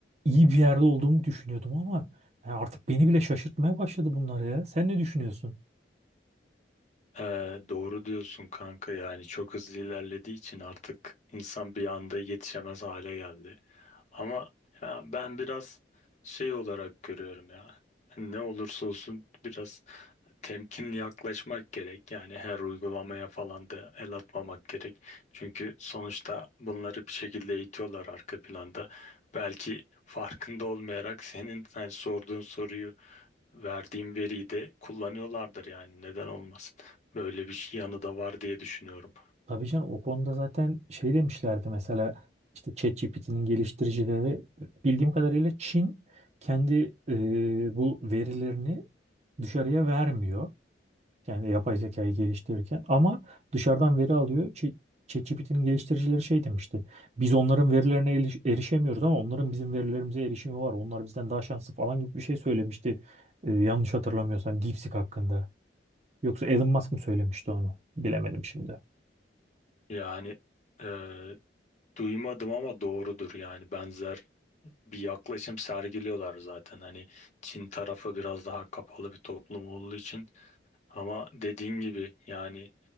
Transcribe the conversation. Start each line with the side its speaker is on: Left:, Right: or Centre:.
Right: iyi bir yerde olduğumu düşünüyordum ama yani artık beni bile şaşırtmaya başladı bunlar ya. Sen ne düşünüyorsun?
Left: Ee, doğru diyorsun kanka yani çok hızlı ilerlediği için artık insan bir anda yetişemez hale geldi. Ama ya ben biraz şey olarak görüyorum ya ne olursa olsun biraz temkinli yaklaşmak gerek. Yani her uygulamaya falan da el atmamak gerek. Çünkü sonuçta bunları bir şekilde eğitiyorlar arka planda. Belki farkında olmayarak senin hani sorduğun soruyu verdiğim veriyi de kullanıyorlardır yani neden olmasın. Böyle bir şey yanı da var diye düşünüyorum.
Right: Tabii canım o konuda zaten şey demişlerdi mesela işte ChatGPT'nin geliştiricileri bildiğim kadarıyla Çin kendi e, bu verilerini dışarıya vermiyor. Yani yapay zekayı geliştirirken ama dışarıdan veri alıyor. Ç- ChatGPT'nin geliştiricileri şey demişti. Biz onların verilerine eriş- erişemiyoruz ama onların bizim verilerimize erişimi var. Onlar bizden daha şanslı falan gibi bir şey söylemişti. E, yanlış hatırlamıyorsam DeepSeek hakkında. Yoksa Elon Musk mı söylemişti onu? Bilemedim şimdi.
Left: Yani e, duymadım ama doğrudur yani benzer bir yaklaşım sergiliyorlar zaten. Hani Çin tarafı biraz daha kapalı bir toplum olduğu için ama dediğin gibi yani